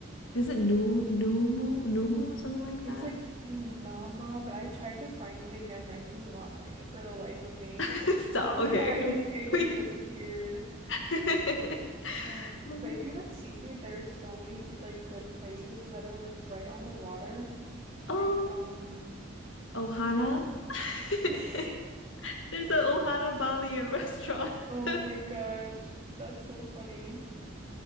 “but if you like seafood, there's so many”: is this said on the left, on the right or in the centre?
Right